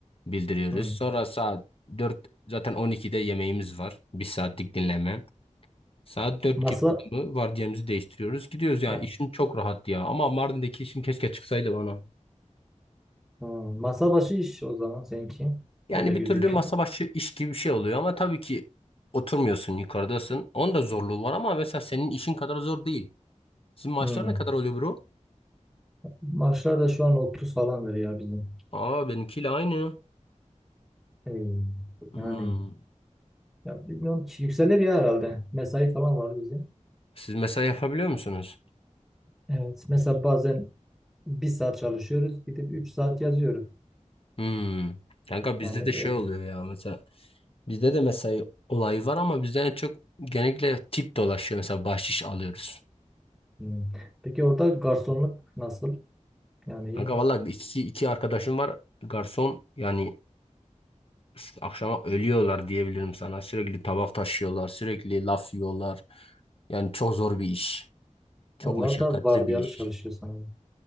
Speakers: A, on the left; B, in the centre.
A: bildiriyoruz.
B: Hmm.
A: Sonra saat dört zaten 12'de yemeğimiz var. Bir saatlik dinleme. Saat 4
B: Masa,
A: gibi oldu mu vardiyamızı değiştiriyoruz. Gidiyoruz yani
B: ha,
A: işim çok rahat ya. Ama Mardin'deki işim keşke çıksaydı bana.
B: ha, masa başı iş o zaman seninki.
A: Yani
B: Öyle
A: bir
B: gözüküyor.
A: türlü masa başı iş gibi bir şey oluyor ama tabii ki oturmuyorsun yukarıdasın. Onun da zorluğu var ama mesela senin işin kadar zor değil. Sizin maaşlar
B: Hmm.
A: ne kadar oluyor bro?
B: Maaşlar da şu an 30 falandır ya bizim.
A: Aa benimkiyle aynı.
B: Hey,
A: Hmm.
B: yani ya bilmiyorum ki yükselir ya herhalde. Mesai falan var bizim.
A: Siz mesela yapabiliyor musunuz?
B: Evet. Mesela bazen bir saat çalışıyoruz gidip üç saat yazıyoruz.
A: Hmm. Kanka bizde
B: Yani
A: de şey
B: öyle.
A: oluyor ya mesela. Bizde de mesai olayı var ama bizden çok genellikle tip dolaşıyor. Mesela bahşiş alıyoruz.
B: Hmm. Peki orada garsonluk nasıl? Yani iyi
A: Kanka
B: mi?
A: valla iki, iki arkadaşım var garson yani işte akşama ölüyorlar diyebilirim sana. Sürekli tabak taşıyorlar, sürekli laf yiyorlar. Yani çok zor bir iş. Çok
B: Onlar
A: meşakkatli
B: da vardiyalı
A: bir iş.
B: çalışıyor sanırım.